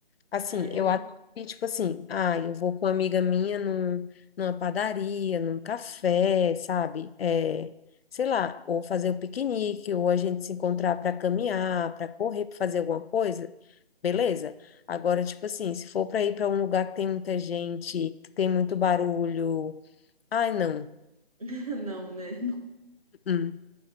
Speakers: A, on the left (about 70°); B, on the right (about 35°).
A: Assim,
B: É.
A: eu acho que, tipo assim, ah, eu vou com uma amiga minha num, numa padaria, num café, sabe? É, sei lá, ou fazer o piquenique, ou a gente se encontrar para caminhar, para correr, para fazer alguma coisa, beleza? Agora, tipo assim, se for para ir para um lugar que tem muita gente, que tem muito barulho, ai, não.
B: <laughs> Não, né?
A: Hum.